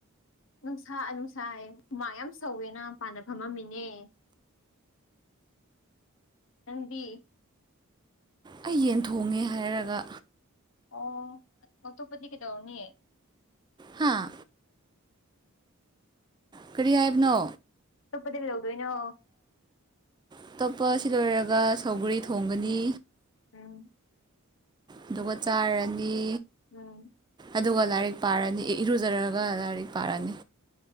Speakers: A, on the left; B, on the right.
A: ꯅꯨꯡꯁꯥ ꯅꯨꯡꯁꯥꯏꯃ ꯌꯥꯝ ꯁꯧꯋꯦꯅ ꯄꯥꯟꯅ ꯐꯝꯃꯝꯃꯤꯅꯦ ꯅꯪ ꯗꯤ
B: ꯑꯩ ꯌꯦꯟ ꯊꯣꯡꯉꯦ ꯍꯥꯏꯔꯒ
A: ꯑꯣ ꯑꯇꯣꯞꯄꯗꯤ ꯀꯩꯗꯧꯅꯤ
B: ꯍꯥꯥ ꯀꯔꯤ ꯍꯥꯏꯕꯅꯣ
A: ꯑꯇꯣꯞꯄ ꯂꯧꯗꯣꯏꯅꯣ
B: ꯑꯇꯣꯞꯄ ꯑꯁꯤ ꯂꯣꯏꯔꯒ ꯁꯧꯒꯔꯤ ꯊꯣꯡꯒꯅꯤ
A: ꯎꯝ
B: ꯑꯗꯨꯒ ꯆꯥꯔꯅꯤ
A: ꯎꯝ
B: ꯑꯗꯨꯒ ꯂꯥꯏꯔꯤꯛ ꯄꯥꯔꯅꯤ ꯏꯔꯨꯖꯔꯒ ꯂꯥꯏꯔꯤꯛ ꯄꯥꯔꯅꯤ